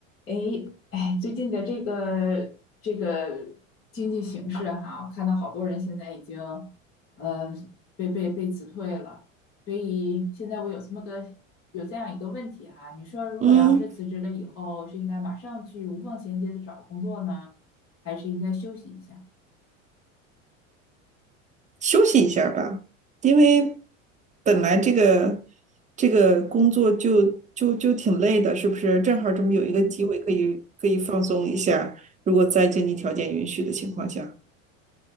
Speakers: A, on the left; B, on the right.
A: 诶，哎，最近的这个这个经济形势哈，我看到好多人现在已经呃被被被辞退了，所以现在我有这么个有这样一个问题哈，你说如果要是辞职了以后，
B: 嗯，
A: 是应该马上去无缝衔接的找工作呢，还是应该休息一下？
B: 休息一下吧，因为本来这个这个工作就就就挺累的，是不是？正好这么有一个机会可以可以放松一下，
A: 嗯，
B: 如果在经济条件允许的情况下，